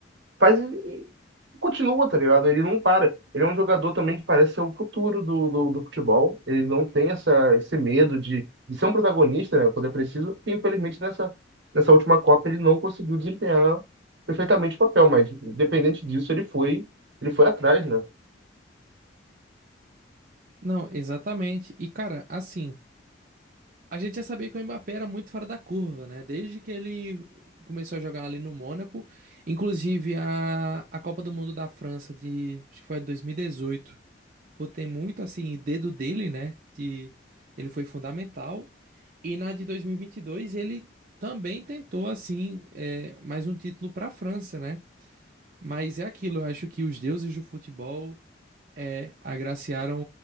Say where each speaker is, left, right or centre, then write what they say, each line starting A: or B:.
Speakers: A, on the right; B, on the right.
A: faz e e continua, tá ligado? Ele não para. Ele é um jogador também que parece ser o futuro do, do, do futebol. Ele não tem essa, esse medo de, de ser um protagonista, né, quando é preciso. E, infelizmente, nessa, nessa última Copa, ele não conseguiu desempenhar perfeitamente o papel, mas, independente disso, ele foi, ele foi atrás, né?
B: Não, exatamente. E, cara, assim. A gente já sabia que o Mbappé era muito fora da curva, né? Desde que ele começou a jogar ali no Mônaco, inclusive a, a Copa do Mundo da França de, acho que foi 2018. Pô, tem muito assim dedo dele, né? De ele foi fundamental. E na de 2022 ele também tentou assim é, mais um título para a França, né? Mas é aquilo, eu acho que os deuses do futebol é, agraciaram